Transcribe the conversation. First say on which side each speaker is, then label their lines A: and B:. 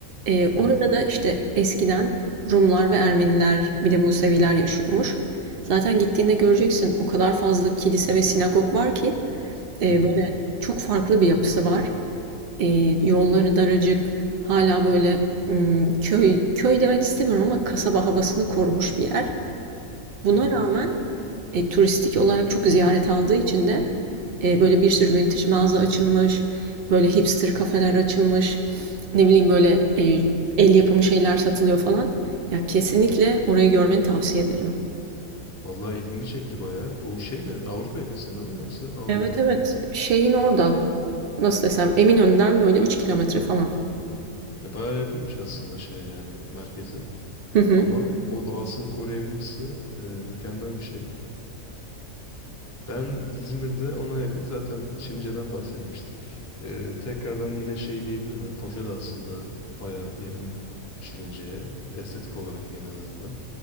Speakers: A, on the right (about 60°); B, on the left (about 25°).
A: Ee, orada
B: Hı hı.
A: da işte eskiden Rumlar ve Ermeniler, bir de Museviler yaşıyormuş. Zaten gittiğinde göreceksin o kadar fazla kilise ve sinagog var ki e,
B: Hı hı.
A: böyle çok farklı bir yapısı var. Ee, yolları daracık, hala böyle mm, köy köy demek istemiyorum ama kasaba havasını korumuş bir yer. Buna
B: Hı hı.
A: rağmen e, turistik olarak çok ziyaret aldığı için de e, böyle bir sürü vintage mağaza açılmış, böyle hipster kafeler açılmış, ne bileyim böyle e, el yapımı şeyler satılıyor falan. Ya kesinlikle orayı görmeni tavsiye ederim.
B: Vallahi ilgimi çekti bayağı. Bu şey mi? Avrupa yakasında mı yoksa Anadolu'da
A: Evet evet
B: mı?
A: şeyin orada nasıl desem Eminönü'nden böyle 3 kilometre falan.
B: E, bayağı yakınmış aslında şeye yani merkeze.
A: Hı hı.
B: Ama o doğasını koruyabilmişse e, mükemmel bir şey. Ben İzmir'de ona yakın zaten Şirince'den bahsetmiştik. Ee, tekrardan yine şey diyebilirim. Yani Foça da aslında baya yakın Şirince'ye. Estetik olarak diyeyim en azından.